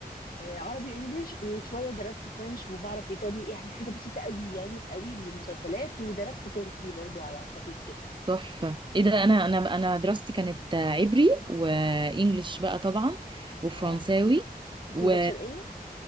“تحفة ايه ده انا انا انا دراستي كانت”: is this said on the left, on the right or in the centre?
Right